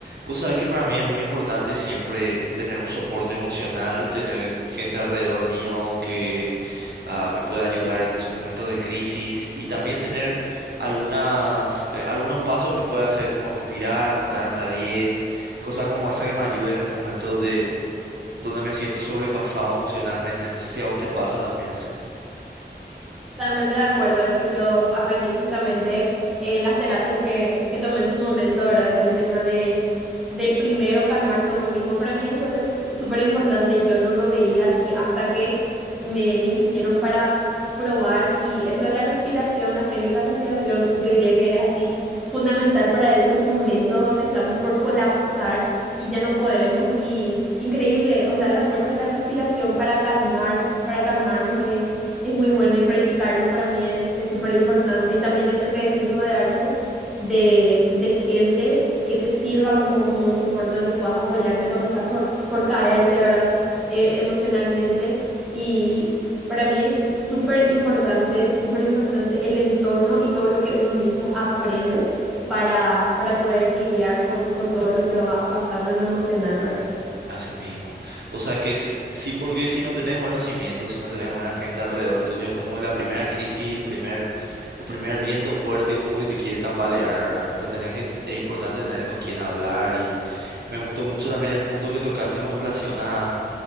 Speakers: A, on the right; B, in the centre.
A: Vos sabés que para mí es muy importante siempre tener un soporte emocional, tener gente alrededor mío que ah, me pueda ayudar en esos momentos de crisis y también tener algunas, eh, algunos pasos que pueda hacer como respirar, contar hasta 10, cosas como esa que me ayuden en un momento de donde me siento sobrepasado emocionalmente. No sé si a vos te pasa también eso.
B: Totalmente de acuerdo, eso yo aprendí justamente en las terapias que, que tomé en su momento, ¿verdad? El tema de, de primero calmarse a uno mismo, para mí eso es súper importante y yo no lo veía así hasta que me, me insistieron para probar y eso de la respiración, las técnicas de respiración, yo diría que es así fundamental para esos momentos donde estamos por colapsar y ya no podemos y increíble, o sea, la fuerza de la respiración para calmar, para calmarnos. eh, es muy bueno y practicarlo para mí es, es súper importante. Y también eso que decís, rodearse de, de gente que te sirva como, como un soporte donde puedas apoyarte cuando estás por, por caerte, ¿verdad? Eh, emocionalmente. Y para mí es súper importante, súper importante el entorno y todo lo que uno mismo aprende para, para poder lidiar con, con todo lo que va pasando en lo emocional, ¿verdad?
A: Así mismo. O sea que s- sí, porque si no tenés buenos cimientos, si no tenés buena gente alrededor tuyo, es como la primera crisis, el primer, el primer viento fuerte como que te quiere tambalear, ¿verdad? Entonces tenés que, es importante tener con quién hablar y me gustó mucho también el punto que tocaste con relación a